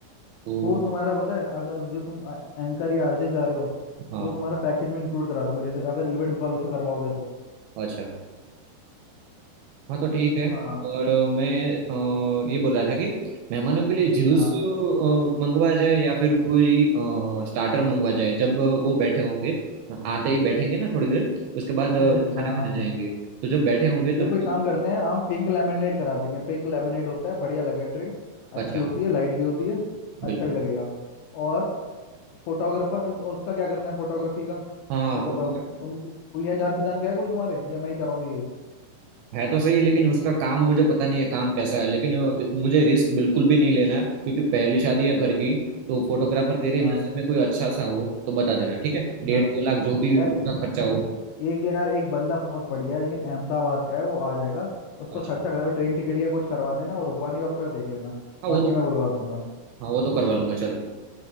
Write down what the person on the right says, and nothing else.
तो
हाँ
अच्छा हाँ तो ठीक है
और अ, मैं अ, ये बोल रहा था कि मेहमानों के लिए जूस
मंगवा जाए या फिर कोई स्टार्टर मंगवा जाए जब अ, वो बैठे होंगे आते ही बैठेंगे ना थोड़ी देर उसके बाद अ,
खाना
खाने
जाएंगे तो जब बैठे होंगे
तब
अच्छा
बिल्कुल
हाँ
फोटो
है तो सही लेकिन उसका काम मुझे पता नहीं है काम कैसा है लेकिन अ, मुझे रिस्क बिल्कुल भी नहीं लेना है क्योंकि पहली शादी है घर की तो फोटोग्राफर तेरे
नजर में कोई अच्छा सा हो तो बता देना ठीक है डेढ़
दो लाख जो भी
उसका खर्चा हो
अच्छा
हाँ
वो तो
हाँ वो तो करवा लूंगा चल